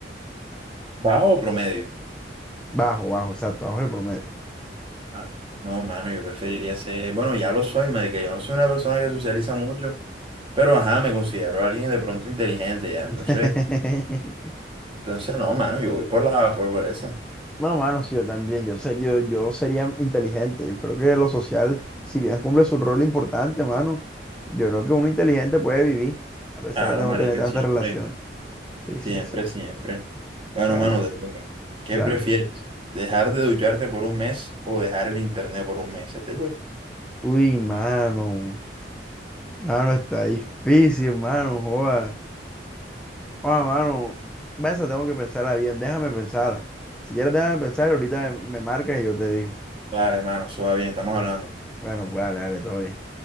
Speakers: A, on the right; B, in the centre.
A: ¿Bajo o promedio?
B: bajo, bajo, exacto, bajo el promedio.
A: Ah, no, mano, yo preferiría ser... Bueno, ya lo soy, marica. Yo no soy una persona que socializa mucho, pero ajá, me considero alguien de pronto inteligente ya. Entonces,
B: <laughs>
A: entonces no, mano, yo voy por la... por, por esa.
B: No, mano, sí, yo también, yo, ser- yo, yo sería inteligente, yo creo que lo social, si bien cumple su rol importante, mano, yo creo que uno inteligente puede vivir, a pesar
A: Claro,
B: de no
A: marica,
B: tener tantas
A: siempre.
B: relaciones. Sí,
A: Siempre,
B: sí, sí.
A: siempre. Bueno,
B: Bueno,
A: mano, te toca. ¿Qué
B: dale.
A: prefieres? ¿Dejar de ducharte por un mes o dejar el internet por un mes? Te digo,
B: Uy, mano, mano, está difícil, mano, joda. Ah, mano, esa tengo que pensarla bien, déjame pensarla. Si quieres, déjame pensar y ahorita me, me marcas y yo te digo.
A: dale, mano, eso va bien, estamos hablando.
B: Bueno, pues dale, dale, todo bien.